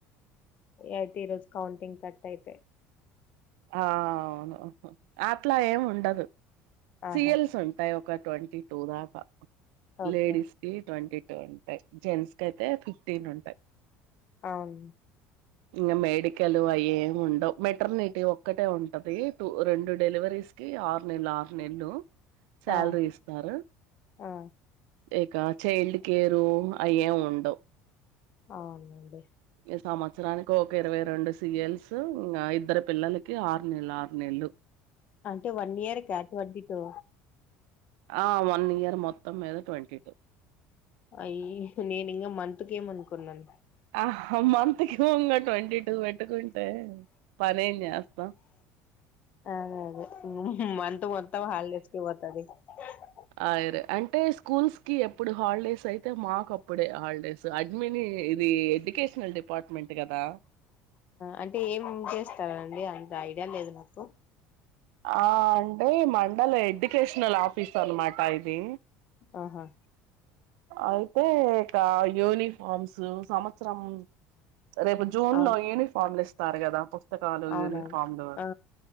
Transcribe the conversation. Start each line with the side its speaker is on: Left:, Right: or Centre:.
Left: అయితే ఈరోజు కౌంటింగ్ కట్ అయితే
Right: ఆ అవును అట్లా ఏం ఉండదు సీయల్స్
Left: ఆహా
Right: ఉంటాయి ఒక ట్వంటీ టూ దాక
Left: ఓకే
Right: లేడీస్ కి ట్వంటీ డోన్ జెంట్స్ కి అయితే ఫిఫ్టీన్ ఉంటయి
Left: అవును
Right: ఇంకా మెడికల్ అయ్యేమి ఉండవు మెటర్నిటీ ఒక్కటే ఉంటది టూ రెండు డెలివరీస్ కి ఆరు నెల్లు ఆరు నెల్లు శాలరీ
Left: ఆ
Right: ఇస్తారు
Left: ఆ
Right: ఇక చైల్డ్ కేరు అయ్యము ఉండవు
Left: అవునండి
Right: ఈ సంవత్సరానికి ఒక ఇరవై రెండు సీయల్స్ ఇంక ఇద్దరు పిల్లలకి ఆరు నెల్లు ఆరు నెల్లు
Left: అంటే వన్ ఇయర్ కటవర్డీతో
Right: ఆ వన్ ఇయర్ మొత్తం మీద ట్వంటీ టూ
Left: అయీ నేను ఇంకా మంత్ కేమో అనుకున్నాను
Right: ఆ మంత్కి ఏమో ట్వంటీ టూ పెట్టుకునీ అ పనేం చేస్తాం
Left: అదే అదే మంత్ మొత్తం హాలిడేస్ కి పోతాది అ <unintelligible>
Right: అే అంటే స్కూల్స్ కి ఎప్పుడు హాలిడేస్ అయితే మాకు అప్పుడే హాలిడేస్ అడ్మిని ఇది ఎడ్యుకేషనల్ డిపార్ట్మెంట్ కదా
Left: అంటే ఏం చేస్తారండి అంత ఐడియా లేదు నాకు
Right: ఆ అంటే మండల ఎడ్యుకేషనల్ ఆఫీస్ అన్నమాట ఇది
Left: ఆహా
Right: అయితే యూనిఫార్మ్స్ సు సంవత్సరం రేపు జూన్
Left: అవును
Right: లో యూనిఫామ్లు ఇస్తారు కదా పుస్తకాలు
Left: అవునవును
Right: యూనిఫామ్లు
Left: ఆ